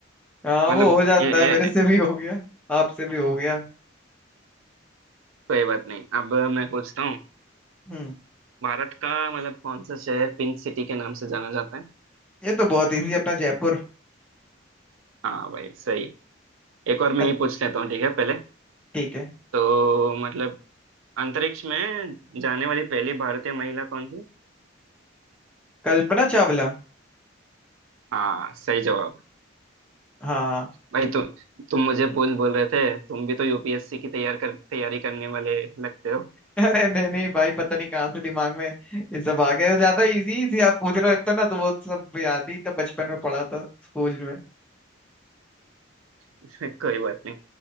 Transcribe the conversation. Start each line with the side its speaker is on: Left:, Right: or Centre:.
Centre: हाँ
Right: मतलब
Centre: वो हो जाता
Right: ए, ए,
Centre: है मेरे से भी हो गया आपसे भी हो गया
Right: कोई बात नहीं अब मैं पूछता हूँ
Centre: हम्म
Right: भारत का मतलब कौन सा शहर पिंक सिटी के नाम से जाना जाता है
Centre: ये तो बहुत इजी है अपना जयपुर
Right: हाँ भाई सही एक और मैं
Centre: अ-
Right: ही पूछ लेता हूँ ठीक है पहले
Centre: ठीक है
Right: तो मतलब अंतरिक्ष में जाने वाली पहली भारतीय महिला कौन थी
Centre: कल्पना चावला
Right: हाँ सही जवाब
Centre: हाँ
Right: भाई तुम तुम मुझे बोल बोल रहे थे तुम भी तो यूपीएससी की तैयार कर तैयारी करने वाले लगते हो
Centre: अरे नहीं नहीं भाई पता नहीं कहाँ से दिमाग में ये सब आ गया ज्यादा इजी से आप पूछ रहे हो एक तो ना तो वो सब याद ही तो बचपन में पढ़ा था स्कूल में
Right: <laughs> कोई बात नहीं